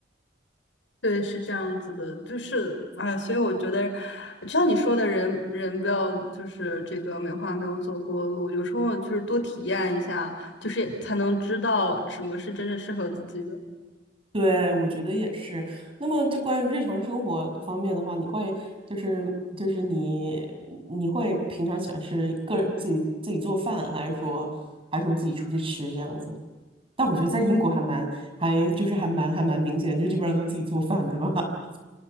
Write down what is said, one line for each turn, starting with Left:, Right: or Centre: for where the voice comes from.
Left: 对，是这样子的，就是，哎，所以我觉得，就像你说的人，人不要就是这个美化没有走过的路，有时候就是多体验一下，就是才能知道什么是真正适合自己的。
Right: 对，我觉得也是。那么，就关于日常生活方面的话，你会就是就是你你会平常喜欢是个人自己自己做饭，还是说还是说自己出去吃这样子？但我觉得在英国还蛮还就是还蛮还蛮明显，就基本上都自己做饭，对吧？<laughs>